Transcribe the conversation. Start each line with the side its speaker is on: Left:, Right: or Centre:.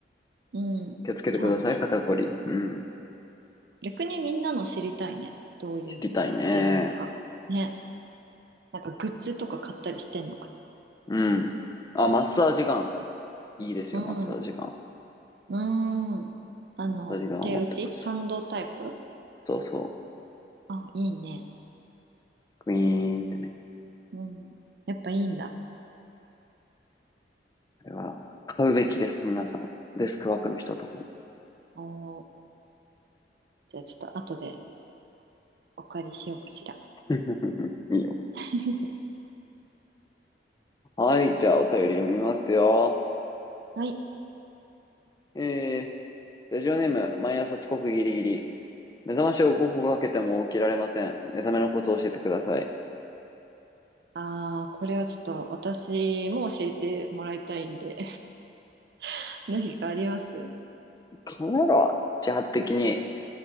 Right: うん。
Left: 気をつけてください、
Right: そうね。
Left: 肩こり。うん。
Right: 逆にみんなの知りたいね。どういうふうにやってるのか。
Left: 知りたいね。
Right: ね。なんかグッズとか買ったりしてんのか
Left: うん。あ、マッサージガン。いいですよ、
Right: な。
Left: マッサージガン。
Right: うん。うん。あの、
Left: マッサージガンを持ってます。
Right: 手打ちハンドタイプ
Left: そうそう。
Right: あ、いいね。
Left: クイーンってね。
Right: うん。やっぱいいんだ。
Left: あれは、買うべきです、皆さん。デスクワークの人は特に。
Right: おー。じゃあちょっと後でお借りしようかしら。
Left: <laughs> いいよ。
Right: <laughs>
Left: はい、じゃあお便り読みますよ。
Right: はい。
Left: えー、ラジオネーム、毎朝遅刻ギリギリ。目覚ましを5個かけても起きられません。目覚めのことを教えてください。
Right: ああ、これはちょっと私も教えてもらいたいんで <laughs> 何かあります
Left: 考えろ。自発的に。